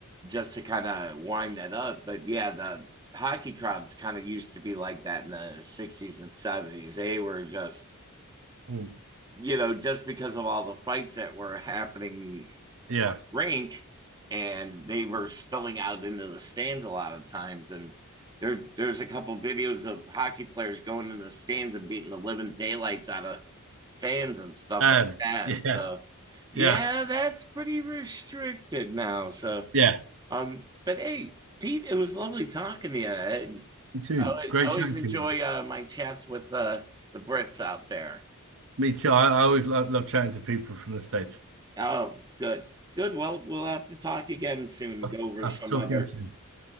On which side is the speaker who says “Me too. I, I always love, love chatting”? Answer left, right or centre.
Right